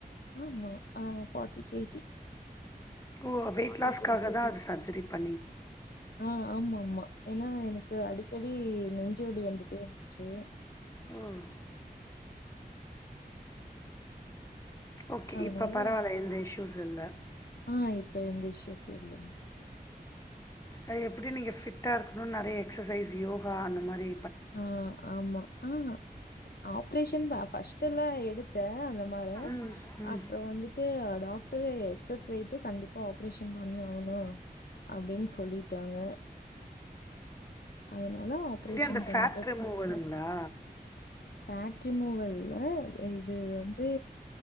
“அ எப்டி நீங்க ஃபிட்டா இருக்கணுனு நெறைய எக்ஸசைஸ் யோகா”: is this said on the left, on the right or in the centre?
Left